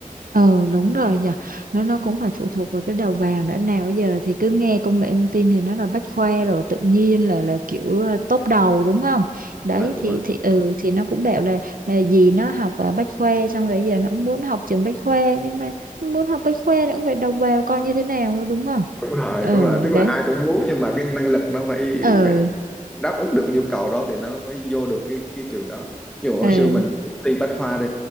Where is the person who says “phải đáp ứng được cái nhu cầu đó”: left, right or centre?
Centre